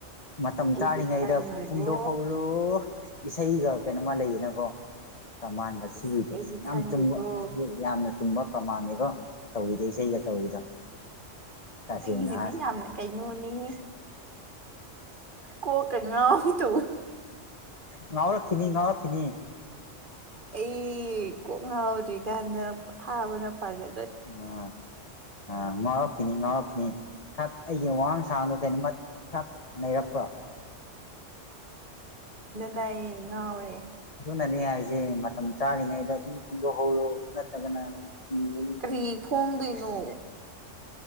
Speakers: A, on the left (about 30°); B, on the right (about 40°).
A: ꯃꯇꯝ
B: ꯑꯩꯗꯤ
A: ꯆꯥꯔꯤꯉꯩꯗ
B: ꯈꯪꯗꯦꯕꯣ
A: ꯄꯨꯡꯗꯣ ꯍꯧꯔꯣ ꯏꯁꯩꯒ ꯀꯩꯅꯣꯝꯃ ꯂꯩꯌꯦꯅꯀꯣ ꯄ꯭ꯔꯃꯥꯟꯒꯁꯤꯔꯤꯗꯣ
B: ꯑꯁ ꯑꯩꯗꯤ
A: ꯌꯥꯝ
B: ꯈꯪꯗꯦꯀꯣ
A: ꯆꯨꯝꯕ ꯌꯥꯝꯅ ꯆꯨꯝꯕ ꯄ꯭ꯔꯃꯥꯟꯅꯦꯀꯣ ꯇꯧꯋꯤꯗꯦ ꯏꯁꯩꯒ ꯇꯧꯋꯤꯗꯣ ꯇꯁꯦꯡꯅ
B: ꯅꯪꯒꯤꯁꯤꯗꯤ
A: ꯍꯥꯏ
B: ꯌꯥꯝꯅ ꯀꯩꯅꯣꯅꯤꯍꯦ ꯀꯣꯀ ꯀ ꯉꯥꯎ ꯋꯤ ꯇꯧꯕꯥ
A: ꯉꯥꯎꯔꯛꯈꯤꯅꯤ ꯉꯥꯎꯔꯛꯈꯤꯅꯤ
B: ꯑꯩ ꯀꯣꯛ ꯉꯥꯎ꯭ꯔꯤ ꯀꯥꯟꯗ ꯊꯥꯕꯅ ꯐꯒꯦ
A: ꯑ ꯑ ꯉꯥꯎꯔꯛꯈꯤꯅꯤ ꯉꯥꯎꯔꯛꯈꯤꯅꯤ ꯈꯛ ꯑꯩꯒꯤ ꯋꯥꯑꯥꯟ ꯊꯥꯅꯣ ꯀꯩꯅꯣꯃ ꯐꯛ ꯅꯩꯔꯛꯄ꯭ꯔꯣ
B: ꯅꯩ ꯉꯥꯎꯔꯦ
A: ꯑꯗꯨꯅꯅꯦ ꯍꯥꯏꯖꯦ ꯃꯇꯝ ꯆꯥꯔꯤꯉꯩꯗ ꯑꯗꯨꯝ ꯐꫭꯡꯗꯣꯛꯍꯧꯔꯣ ꯅꯠꯇ꯭ꯔꯒꯅ ꯎꯝ
B: ꯀꯔꯤ ꯐꯣꯡꯗꯣꯏꯅꯣ